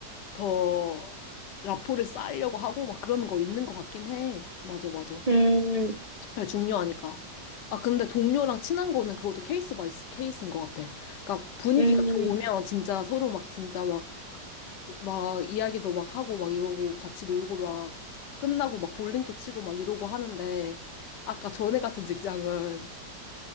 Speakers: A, on the left (about 70°); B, on the right (about 80°).
A: 더 라포를 쌓으려고 하고 막 그런 거 있는 것 같긴 해. 맞아, 맞아.
B: 응, 응,
A: 아, 중요하니까. 아, 근데 동료랑 친한 거는 그것도 케이스 바이 스- 케이스인 것 같아. 그러니까 분위기가
B: 응. 아, 어. 음,
A: 좋으면
B: 음.
A: 진짜 서로 막 진짜 막, 막 이야기도 막 하고 막 이러고 같이 놀고 막 끝나고 막 볼링도 치고 막 이러고 하는데 아까 전에 같은 직장은